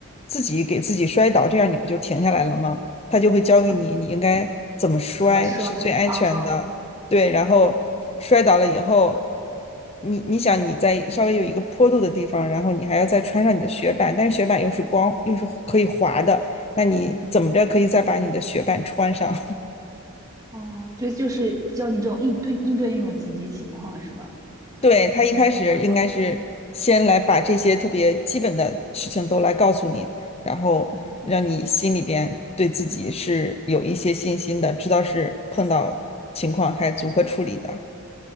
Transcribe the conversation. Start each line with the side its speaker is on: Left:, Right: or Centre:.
Left: 自己给自己摔倒，这样你不就停下来了吗？他就会教给你，
Right: 啊，
Left: 你应该怎么摔是最安全的。
Right: 怎么摔啊？
Left: 对，然后摔倒了以后，
Right: 对
Left: 你你想你在稍微有一个坡度的地方，然后你还要再穿上你的雪板，但是雪板又是光又是可以滑的，那你怎么着可以再把你的雪板穿上？
Right: 嗯。哦，对，就是教你这种应对应对那种紧急情况是吧？
Left: <laughs> 对，他一开始应该是先来把这些特别基本的事情都来告诉你，
Right: 我觉得还蛮好的。
Left: 然后让你心里边对自己是有一些信心的，
Right: 嗯，
Left: 知道是碰到情况还如何处理的。